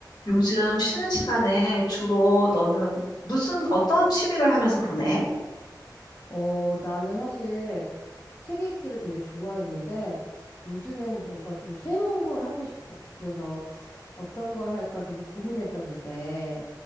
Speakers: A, on the left; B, on the left.
A: 요즘 쉬는 시간에 주로 너는 무슨 어떤 취미를 하면서 보내?
B: 어, 나는 사실 책 읽기를 되게 좋아했는데 요즘에는 뭔가 좀 새로운 걸 하고 싶어. 그래서 어떤 걸 할까 되게 고민했었는데